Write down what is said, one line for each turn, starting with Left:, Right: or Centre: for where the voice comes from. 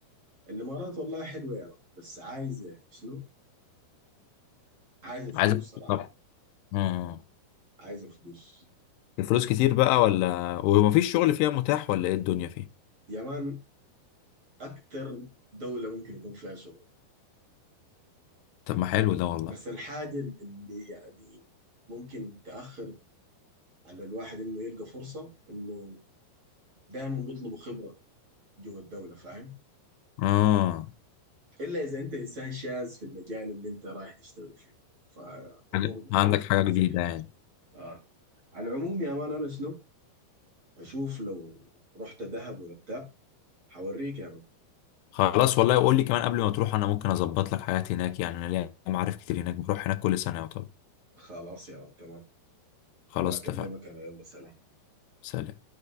Right: الامارات والله حلوه يعني بس عايزه يعني شنو؟ عايزه فلوس
Left: عايز أ-
Right: صراحه
Left: طبعا اه آه.
Right: عايزه فلوس
Left: الفلوس كتير بقى ولا ومفيش شغل فيها متاح ولا ايه الدنيا فيها
Right: يمان اكثر دوله ممكن يكون فيها شغل
Left: طب ما حلو ده والله
Right: بس الحاجه اللي يعني ممكن تاخر على الواحد انه يلقى فرصه انه دايما بيطلبوا خبره جوه الدوله فاهم
Left: اه
Right: الا اذا انت انسان شاذ في المجال اللي انت رايح تشتغل فيه فامورك
Left: حاجة-
Right: بتكون
Left: عندك
Right: في
Left: حاجة
Right: السليم
Left: جديدة يعني
Right: آه. على العموم يا مان انا شنو اشوف لو رحت دهب ولا بتاع حوريك يا مان
Left: خلاص والله قول لي كمان قبل ما تروح انا ممكن اظبط لك حاجات هناك يعني انا ليا معارف كتير هناك بروح هناك كل سنة يعتبر
Right: خلاص يا مان تمام
Left: خلاص
Right: ابى اكلمك
Left: اتفقنا
Right: انا يلا سلام
Left: سلام